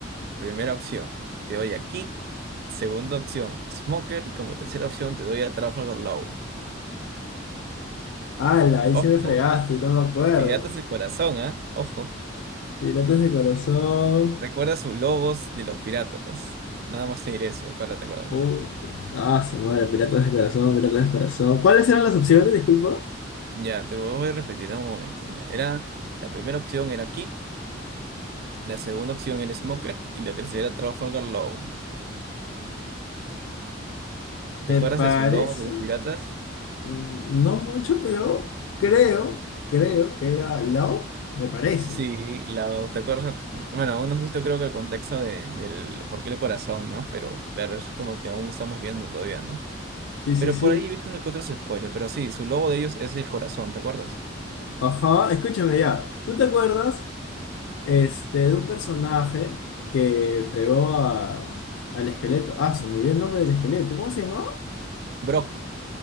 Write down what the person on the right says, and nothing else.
Primera opción, te doy a Kid. Segunda opción, Smoker. Y como tercera opción, te doy a Trafalgar Law.
Ojo,
piratas de corazón, ¿ah? Ojo.
Recuerda sus logos de los piratas. Nada más te diré eso, acuérdate, acuérdate.
Ya, te lo voy a repetir en un momento. Ya, era, la primera opción era Kid, la segunda opción era Smoker y la tercera Trafalgar Law. ¿Te
acuerdas
de sus logos de los piratas?
Sí, la, te acuerdas, bueno, aún no has visto creo que el contexto de, del por qué el corazón, ¿no? Pero claro, eso es como que aún estamos viendo todavía, ¿no?
Pero
por ahí viste uno que otro spoiler, pero sí, su logo de ellos es el corazón, ¿te acuerdas?
Brock.